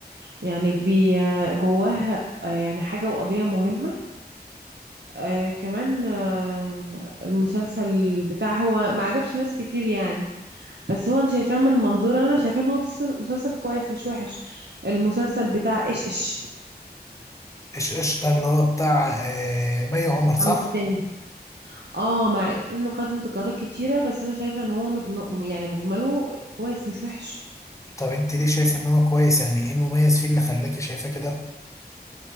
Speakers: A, on the right; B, on the left.
A: يعني بي آه، جواه آه، يعني حاجه وقضيه مهمه آه كمان آه المسلسل بتاع هو ما عجبش ناس كتير يعني بس هو انا شايفاه من منظور انا شايفاه ان هو مسلسل مسلسل كويس مش وحش المسلسل بتاع ايش ايش
B: ايش ايش ده اللي هو بتاع آه مي عمر
A: محمد
B: صح
A: سامي اه مع انه خد انتقادات كتيرة بس انا شايفة ان هو مجم... يعني مجمله كويس مش وحش
B: طب انت ليه شايف ان هو كويس يعني ايه المميز فيه اللي خلاكي شايفاه كده